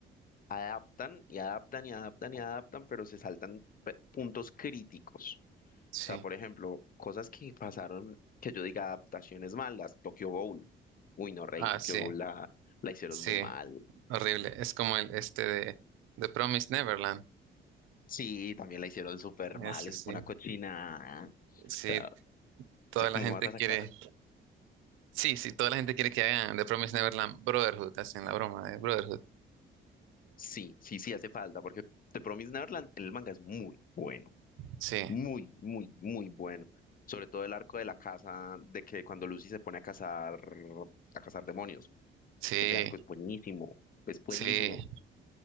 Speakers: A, on the left; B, on the right.
A: adaptan y adaptan y adaptan y adaptan, pero se saltan pe- puntos críticos.
B: Sí,
A: O sea, por ejemplo, cosas que pasaron, que yo diga adaptaciones malas, Tokyo Ghoul. Uy, no, Rey,
B: ah,
A: Tokyo
B: sí,
A: Ghoul la, la hicieron
B: sí,
A: muy mal.
B: horrible. Es como el este de The Promised Neverland,
A: Sí, también la hicieron súper mal,
B: ese
A: es
B: sí,
A: una cochina. O
B: sí,
A: sea,
B: toda
A: sé cómo
B: la gente
A: vas a
B: quiere,
A: sacar.
B: sí, sí, toda la gente quiere que hagan The Promised Neverland Brotherhood, hacen la broma de Brotherhood,
A: Sí, sí, sí, hace falta, porque The Promised Neverland en el manga es muy bueno
B: sí,
A: Muy, muy, muy bueno. Sobre todo el arco de la casa, de que cuando Lucy se pone a cazar, a cazar demonios.
B: sí,
A: Ese arco es buenísimo, es buenísimo.
B: sí.